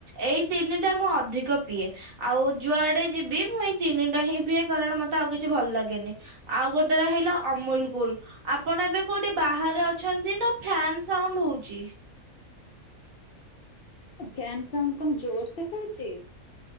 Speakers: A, on the right; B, on the left.
A: ଏଇ ତିନିଟା ମୁଁ ଅଧିକ ପିଏ ଆଉ ଯୁଆଡେ ଯିବି ମୁଁ ଏଇ ତିନିଟା ହିଁ ପିଏ କାରଣ ମତେ ଆଉ କିଛି ଭଲ ଲାଗେନି। ଆଉ ଗୋଟେ ରହିଲା ଅମୁଲ କୁଲ ଆପଣ ଏବେ କୋଉଠି ବାହାରେ ଅଛନ୍ତି ନା ଫ୍ୟାନ ସାଉଣ୍ଡ ହଉଛି।
B: ଫ୍ୟାନ ସାଉଣ୍ଡ କଣ ଜୋର ସେ ହଉଛି।